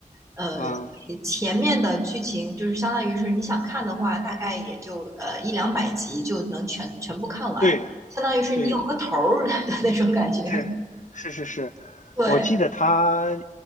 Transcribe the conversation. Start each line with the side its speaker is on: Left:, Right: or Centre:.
Right: 呃，
Left: 啊，
Right: 前面的剧情就是相当于是你想看的话，大概也就呃一两百集就能全全部看完，
Left: 对
Right: 相当于是你有个头儿
Left: 对，
Right: <laughs> 的那种感觉。
Left: 是是是是，
Right: 对，
Left: 我记得他